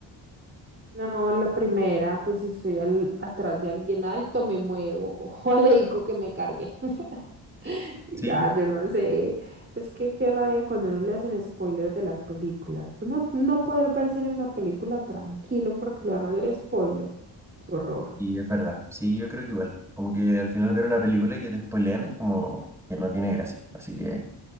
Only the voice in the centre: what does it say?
¿Sí?
Y es verdad, sí, yo creo que igual, como que al final ver una película y que te spoilean es como que no tiene gracia, así que